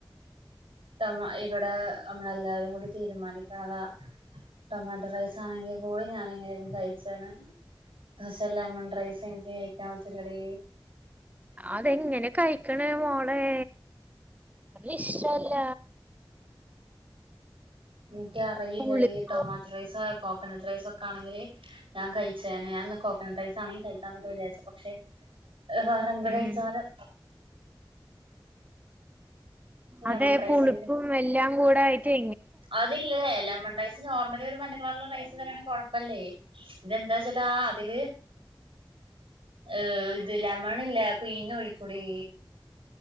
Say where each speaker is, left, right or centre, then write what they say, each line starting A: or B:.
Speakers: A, on the right; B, on the right.
A: നമ്മ ഇവിടെ നമ്മളെല്ലാരുംകൂടി തീരുമാനിക്കണതാ ടൊമാറ്റോ റൈസാണെങ്കി കോഴി ഞാനെങ്ങനെലും കഴിചേനെ പക്ഷെ ലെമൺ റൈസ് ഇൻക് കഴിക്കാൻ പറ്റുല്ലെടി
B: അതെങ്ങനെ കഴിക്ണ് മോളെ അതിഷ്ടല്ല
A: ഇൻക്കറിയില്ലെടി
B: പുളിപ്പ്
A: ടൊമാറ്റോ റൈസാ കോകനെട്ട് റൈസൊക്കാണെങ്കില് ഞാൻ കഴിചേനെ കോകനെറ്റ് റൈസാണെങ്കി കഴി ക്കാനൊക്കെ വിചാരിച് പക്ഷെ വേറെന്ത് കഴിച്ചാലും
B: ഉം
A: <inaudible> ലെമൺ
B: അതേ
A: റൈസ്
B: പുളിപ്പും
A: എനിക്ക്
B: എല്ലാം കൂടായ്ട്ടെ
A: അതില്ലേ ലെമൺറൈസ് നോർമൽ ൽ മഞ്ഞ കളർല്ള്ള റൈസ് തെന്നേണെങ്കി കൊഴപ്പല്ലൈ ഇതെന്താച്ച്ട്ടാ അതില് ഏ ലെമണില്ലേ പീഞ്ഞൊഴിക്കൊടീ